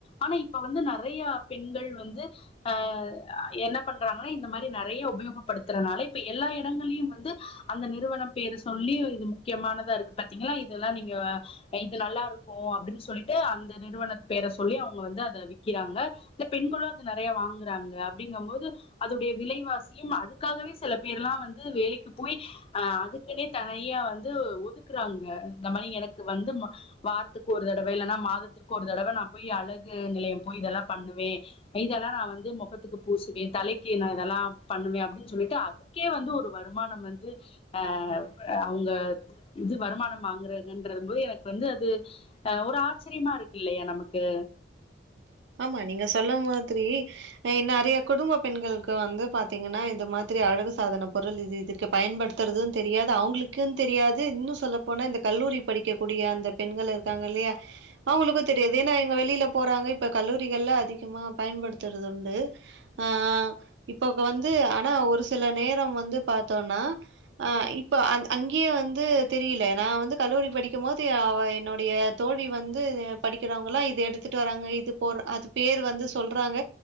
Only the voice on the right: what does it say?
<inaudible> ஆமா நீங்க சொல்ல மாதிரி அ நெறைய குடும்ப பெண்கள்க்கு வந்து பாத்தீங்கன்னா இந்த மா திரி அழகு சாதன பொருள் இது இதுக்கு பயன்படுத்தறது தெரியாது அவுங்களுக்கு தெரியாது இன்னு சொல்லப்போனா இந்த கல்லூரி படிக்கக்கூடிய அந்த பெண்கள் இருக்காங்க இல்லியா அவுங்களுக்கு தெரியாது ஏன்னா இவுங்க வெளில போறாங்க இ ப்ப கல்லூரிகள்ல அதிகமா பயன்படுத்தறதுண்டு ஆ ஆ இப்போ இப்ப வந்து ஆனா ஒரு சில நேரம் வந்து பாத்தோன்னா ஆ இப்ப அந் அங்கியே வந்து தெரியில நா வந்து கல்லூரி படிக்கும்போது அவ என்னுடைய தோழி வந்து படிக்கறவங்கல்லா இது எடுத்துட்டு வராங்க இது போட்ற அது பேர் வந்து சொல்றாங்க